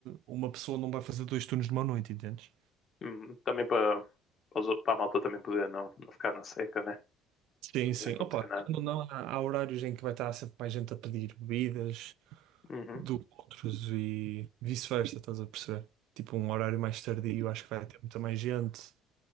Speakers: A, on the right; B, on the left.
A: uma pessoa não vai fazer dois turnos numa noite, entendes?
B: hum, também para para a malta também poder não, não ficar na seca, né?
A: Sim,
B: Não
A: sim.
B: vai acontecer
A: Opa,
B: nada.
A: querendo ou não, há, há horários em que vai estar sempre mais gente a pedir bebidas
B: Uhum,
A: do que outros e vice-versa, estás a perceber? Tipo, um horário mais tardio, acho que vai ter muita mais gente.